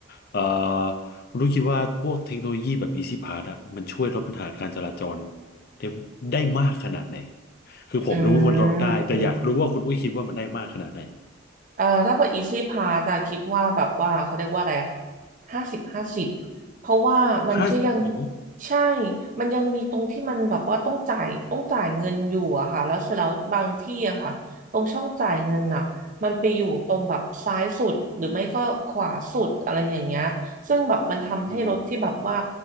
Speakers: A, on the left; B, on the right.
A: เอ่อคุณอุ้ยคิดว่าพวกเทคโนโลยีแบบ Easy Pass อะมันช่วยลดปัญหาการจราจรได้ได้มากขนาดไหนคือผมรู้ว่ามันลดได้แต่อยากรู้ว่าคุณอุ้ยคิดว่ามันได้มากขนาดไหน
B: อืม เอ่อถ้าเป็น Easy Pass อะคิดว่าแบบว่าเขาเรียกว่าอะไรอะห้าสิบห้าสิบเพราะว่ามันก็ยัง
A: ห้าโอ้
B: ใช่มันยังมีตรงที่มันแบบว่าต้องจ่ายต้องจ่ายเงินอยู่อะค่ะแล้วเสร็จแล้วบางที่อะค่ะตรงช่องจ่ายเงินอะมันไปอยู่ตรงแบบซ้ายสุดหรือไม่ก็ขวาสุดอะไรอย่างเงี้ยซึ่งแบบมันทำให้รถที่แบบว่า
A: อืม